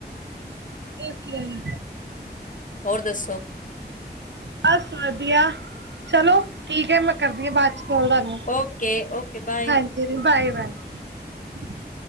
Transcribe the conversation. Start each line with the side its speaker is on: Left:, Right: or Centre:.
Right: ਏ ਤੇ ਹੈ ਈ।
Left: ਹੋਰ ਦੱਸੋ।
Right: ਬਸ ਵਧੀਆ, ਚਲੋ ਠੀਕ ਐ ਮੈਂ ਕਰਦੀ ਆਂ ਬਾਅਦ ਚ ਸੁਣਦਾਂ ਨਹੀਂ,
Left: ਓਕੇ-ਓਕੇ ਬਾਏ।
Right: ਹਾਂਜੀ ਬਾਏ ਬਾਏ। <unintelligible>